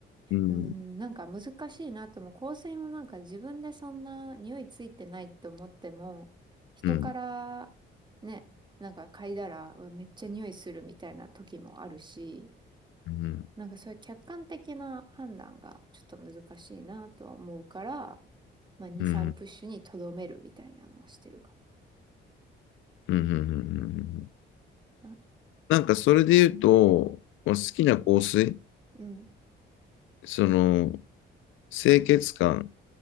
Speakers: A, on the left (about 80°); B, on the right (about 20°).
A: うん、
B: うーん、なんか難しいなっても、香水もなんか自分でそんな匂いついてないと思っても、人から
A: うん、
B: ね、なんか嗅いだら、うわめっちゃ匂いするみたいな時もあるし、
A: うん、
B: なんかそういう客観的な判断がちょっと難しいなとは思うから、まあ2、
A: うん、
B: 3プッシュにとどめるみたいなのはしてるか
A: うん、うん、うん、うん。
B: もな。
A: なんかそれで言うと、まあ、好きな香水、
B: うん、
A: その、清潔感